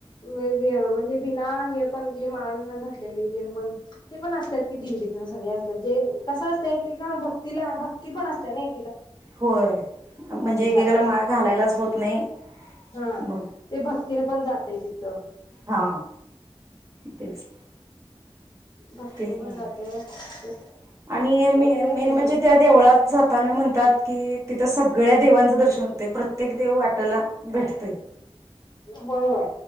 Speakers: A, on the left; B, on the right.
A: <inaudible> म्हणजे बिना हे पण जी माळ न घातलेली त पण ते पण असतात की दिंडीतन सगळे असतात जे कसं असतंय की का भक्तीला भक्ती पण असते नाही
B: होय म्हणजे एकेकाला
A: जास्त
B: माळ घालायलाच होत नाही
A: हा
B: मग
A: ते भक्तीने पण जातय तिथं ह <inaudible>
B: हा तेच
A: ते भक्तीने
B: <inaudible>
A: पण जाते ते
B: आणि मे
A: ते
B: मेन
A: हे
B: म्हणजे त्या देवळात जाताना म्हणतात कि तिथं सगळ्या देवांचं दर्शन होतंय प्रत्येक देव वाटला भेटतोय.
A: होय होय